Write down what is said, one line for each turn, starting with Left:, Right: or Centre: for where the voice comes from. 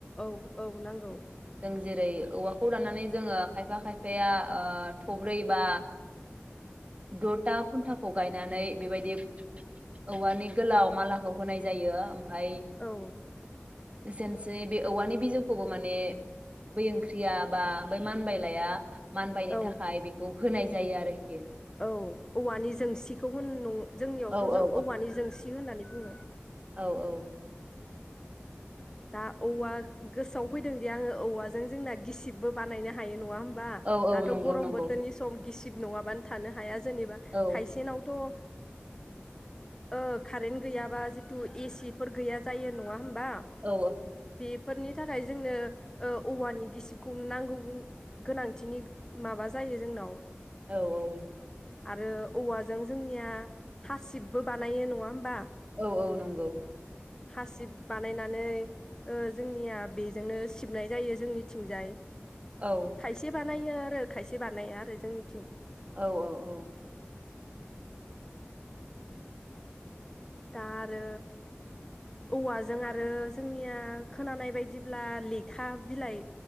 Left: औ औ नांगौ
Right: ओम जेरै औवाखौ दनानै जोङो खायफा खायफाया थब्रै बा दथा खुन्टाखौ गायनानै बेबायदि औवानि गोलाव मालाखौ होनाय जायो। फाय
Left: औ
Right: एसेनोसै बे औवानि बिजौखौबो माने बै ओंख्रिया बा बै मानबाय लाया मानबायनो
Left: औ
Right: थाखाय बेखौ होनाय जायो आरोखि।
Left: औ औवानि जोंसिखौ होन जोंनियावथ'
Right: औ
Left: ज
Right: औ
Left: औवानि जोंसि होननानै बुङो।
Right: औ औ
Left: दा औवा गोसोआव फैदोंदि आङो औवाजों जोंना गिसिबबो बानायनो हायो नङा होम बा
Right: औ औ
Left: दाथ'
Right: नंगौ
Left: गरम
Right: नंगौ
Left: बोथोरनि सम गिसिब नङाबानो थानो हाया जेनेबा
Right: औ
Left: खायसेनावथ' ओ ओ कारेन्ट गैयाबा जिथु एसिफोर गैया जायो नङा होमबा? बेफोरनि
Right: औ
Left: थाखाय जोंनो ओ औवानि गिसिबखौनो नांगौ गोनांथिनि माबा जायो जोंनाव।
Right: औ औ
Left: आरो औवाजों जोंनिया हासिबबो बानायो नङा होमबा?
Right: औ औ नंगौ
Left: हासिब बानायना नै जोंनिया बेजोंनो सिबनाय जायो जोंनिथिंजाय।
Right: औ
Left: खायसे बानायो आरो खायसे बानाया आरो जोंनिथिं
Right: औ औ औ
Left: दा आरो औवाजों आरो जोंनिया खोनानाय बायदिब्ला लेखा बिलाइ